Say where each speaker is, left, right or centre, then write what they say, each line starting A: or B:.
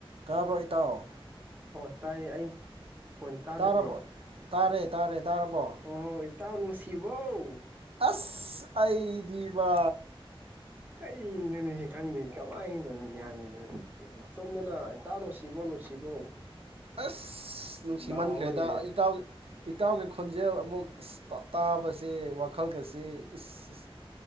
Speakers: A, on the right; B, on the right.
A: ꯇꯥꯕ꯭ꯔꯣ ꯏꯇꯥꯎ
B: ꯑꫭ ꯇꯥꯏꯌꯦ ꯑꯩ ꯈꯣꯟ ꯇꯥꯗꯕ꯭ꯔꯣ
A: ꯇꯥ꯭ꯔꯕꯣ ꯇꯥꯔꯦ ꯇꯥꯔꯦ ꯇꯥ꯭ꯔꯕꯣ
B: ꯑꯣ ꯏꯇꯥꯎ ꯅꯨꯡꯁꯤꯕꯧ
A: ꯑꯁ ꯑꯩꯗꯤꯕꯥ
B: ꯀꯩꯅꫭꯅꯦꯍꯦ ꯈꯪꯗꯦ ꯀꯃꯥꯏꯇꯧꯔꯤꯅꫭ ꯒ꯭ꯌꯥꯟ ꯃꯦꯟ <unintelligible> ꯑꯁꫭꯝꯗꯅ ꯏꯇꯥꯎ ꯅꯨꯡꯁꯤꯕꯣ ꯅꯨꯡꯁꯤꯕꯣ
A: ꯑꯁ ꯅꯨꯡꯁꯤꯃꯟꯈ꯭ꯔꯦꯗ
B: ꯂꯥꯎ ꯂꯩꯔꯦ
A: ꯑꯩ ꯏꯇꯥꯎ ꯏꯇꯥꯎꯒꯤ ꯈꯣꯟꯖꯦꯜ ꯑꯃꯨꯛ ꯑ꯭ꯁ ꯇꯥꯕꯁꯦ ꯋꯥꯈꯜꯒꯁꯦ ꯏ꯭ꯁ ꯏ꯭ꯁ